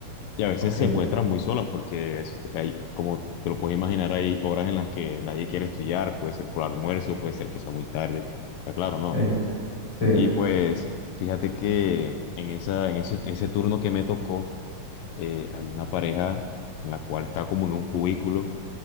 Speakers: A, on the left; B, on the left.
A: y a veces
B: Ok,
A: se encuentran muy solas porque existe- hay, como te lo puedes imaginar, hay horas en las que nadie quiere estudiar, puede ser por almuerzo, puede ser que sea muy tarde, o sea, claro, no.
B: Sí, sí,
A: Y pues fíjate que en esa, en ese, ese turno que me tocó, eh, había una pareja en la cual estaba como en un cubículo